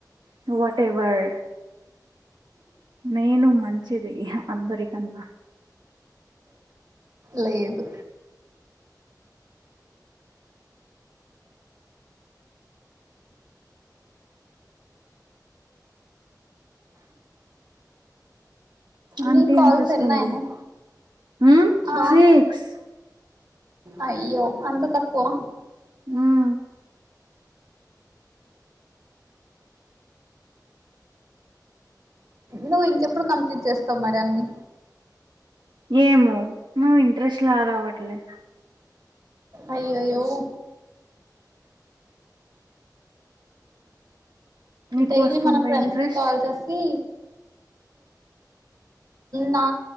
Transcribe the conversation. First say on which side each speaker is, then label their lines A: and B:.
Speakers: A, on the right; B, on the right.
A: ను వట్టే వర్ నేను మంచిది అందరికన్నా
B: లేదు
A: ఆంటీ
B: నీ కాల్స్
A: ఏం చేస్తుంది
B: ఎన్నాయినయి
A: ఉమ్,
B: అ
A: సిక్స్
B: అయ్యో అంత తక్కువ
A: ఉమ్,
B: నువ్వు ఇంకెప్పుడు కంప్లీట్ చేస్తవు మరి అన్నీ
A: ఏమో మావ్ ఇంట్రెస్ట్ లాగ రావట్లే
B: అయ్యయ్యో
A: నీకు
B: డైలీ
A: వస్తుందా
B: మన ఫ్రెండ్స్
A: ఇంట్రెస్ట్
B: కి కాల్ చేసి నా